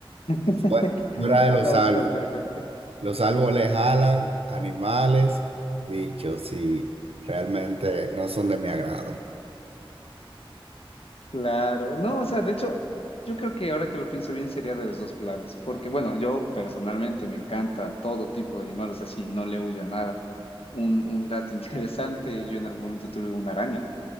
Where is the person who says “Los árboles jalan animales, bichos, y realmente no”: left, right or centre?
Right